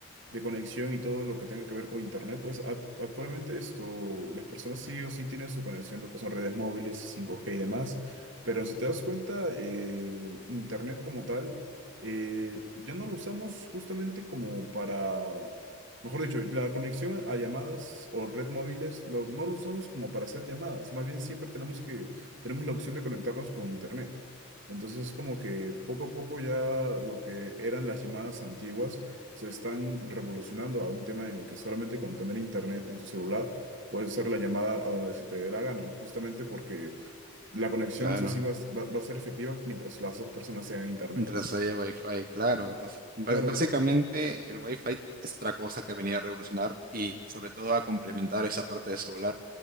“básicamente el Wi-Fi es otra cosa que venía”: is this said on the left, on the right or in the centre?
Right